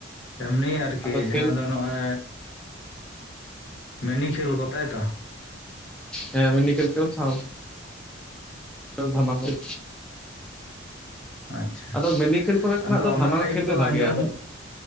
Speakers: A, on the left; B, in the centre.
A: ᱮᱢᱱᱤ ᱟᱨᱠᱤ
B: ᱟᱫᱚ ᱠᱷᱮᱞ
A: ᱡᱟᱦᱟᱸ ᱫᱚ ᱱᱚᱜᱼᱚᱭ ᱢᱮᱱᱤ ᱠᱷᱮᱞ ᱠᱚ ᱛᱟᱭᱛᱚ ᱾
B: ᱦᱮᱸ ᱢᱮᱱᱤ ᱠᱷᱮᱞ ᱠᱚ ᱥᱟᱣ ᱟᱫᱚ ᱫᱷᱟᱢᱟ ᱠᱚᱨᱮ
A: ᱟᱪᱪᱷᱟ
B: ᱟᱫᱚ ᱢᱤᱱᱤ ᱠᱷᱹᱮᱞ ᱠᱚᱨᱮ ᱫᱚᱱᱟᱜ
A: ᱟᱫᱚ
B: ᱫᱚ
A: ᱚᱱᱟ
B: ᱫᱷᱟᱢᱟ
A: ᱥᱟᱭᱤᱰ
B: ᱠᱷᱮᱞ ᱜᱮ
A: ᱫᱚ
B: ᱵᱷᱟᱜᱮᱭᱟ᱾
A: ᱟᱸᱡᱚᱢ
B: ᱟᱫᱚ